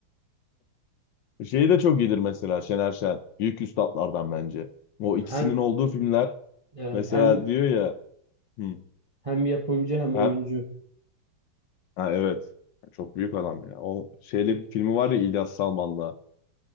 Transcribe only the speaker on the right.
Hem
evet
hem
hem yapımcı hem
oyuncu.